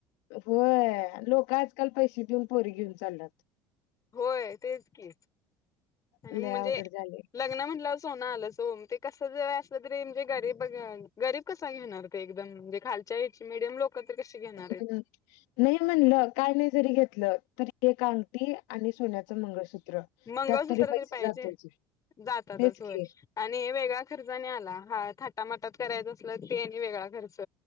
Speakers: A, on the left (about 70°); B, on the left (about 35°).
A: होय लोक आजकाल पैसे देऊन पोरी घेऊन चाललात
B: होय तेच कीच आणि
A: लय
B: म्हणजे
A: अवघड झालय.
B: लग्न म्हटलं सोनं आलं सोम ते कस ज असलं तरी म्हणजे गरीब गरीब क घेणार एकमे खालच्याडयम लोक कत कशी घेणार
A: हम्
B: आहेत.
A: नाही म्हणलं काय नाही जरी घेतलं तरी एक अगटठी आणि सोन्याचं मंगळसूत्र
B: मंगळसूत्र
A: त्यात पैसे
B: तरी पाहिजे
A: जातोयच
B: जातातच
A: तेच
B: होय
A: की
B: आणि हे वेगळा खर्चने आला हा थाटामाटात करायचं असलं ते वेगळा खर्च